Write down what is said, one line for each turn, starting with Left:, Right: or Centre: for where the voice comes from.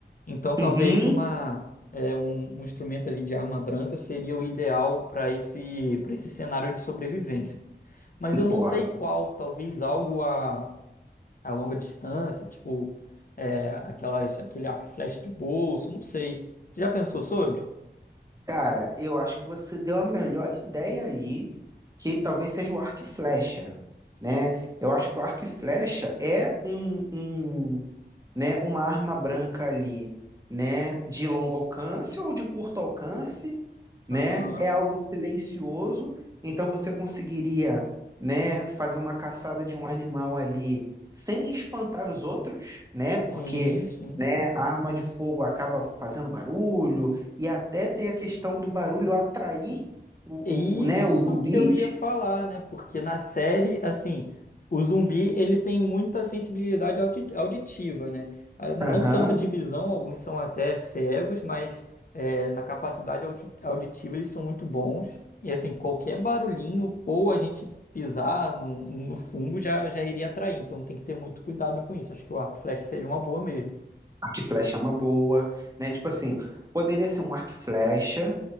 Left: Então, talvez
Right: Uhum,
Left: uma é, um, um instrumento ali de arma branca seria o ideal para esse para esse cenário de sobrevivência. Mas
Right: concordo.
Left: eu não sei qual, talvez algo a, a longa distância, tipo é, aquelas aquele arco e flecha de bolso, não sei. Você já pensou sobre?
Right: Cara, eu acho que você deu a melhor ideia aí, que talvez seja o arco e flecha, né? Eu acho que o arco e flecha é um, um, né, uma arma branca ali, né, de longo alcance ou de curto alcance, né?
Left: Aham.
Right: É algo silencioso, então você conseguiria, né, fazer uma caçada de um animal ali sem espantar os outros, né?
Left: Sim,
Right: Porque,
Left: sim.
Right: né, a arma de fogo acaba fazendo barulho e até tem a questão do barulho atrair o,
Left: É Isso
Right: o- o, né, os zumbis.
Left: que eu ia falar, né? Porque na série, assim, o zumbi ele tem muita sensibilidade audi- auditiva, né? Ah, Não
Right: Aham.
Left: tanto de visão, alguns são até cegos, mas é, na capacidade audi- auditiva eles são muito bons. E assim, qualquer barulhinho ou a gente pisar no, no fungo já, já iria atrair. Então tem que ter muito cuidado com isso. Acho que o arco e flecha seria uma boa mesmo.
Right: Arco e flecha é uma boa, né? Tipo assim, poderia ser um arco e flecha